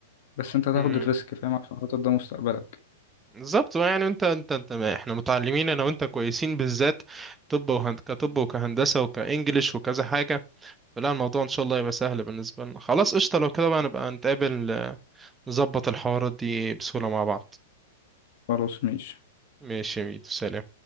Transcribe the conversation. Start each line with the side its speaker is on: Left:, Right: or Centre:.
Left: بس انت هتاخد
Right: مم.
Left: الريسك فاهم عشان خاطر ده مستقبلك
Right: بالظبط يعني انت انت انت ما احنا متعلمين انا وانت كويسين بالذات طب وهند كطب وكهندسه وكانجليش وكذا حاجه فلا الموضوع ان شاء الله يبقى سهل بالنسبه لنا خلاص قشطه لو كده بقى نبقى نتقابل آه، نظبط الحوارات دي بسهوله مع بعض
Left: خلاص ماشي
Right: ماشي يا ميدو سلام